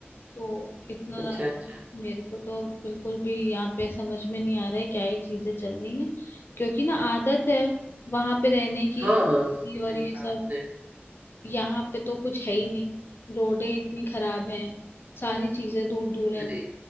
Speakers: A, on the left; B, on the right.
A: तो इतना ज्यादा
B: अच्छा अच्छा
A: मेरे को तो बिल्कुल भी यहाँ पे समझ में नहीं आ रहा है क्या ही चीजें चल रही हैं क्योंकि ना आदत है वहां पे रहने की
B: हाँ हाँ सही
A: और ये
B: कहा
A: सब
B: आपने
A: यहाँ पे तो कुछ है ही नहीं रोडें इतनी खराब हैं सारी चीजें दूर दूर हैं
B: अरे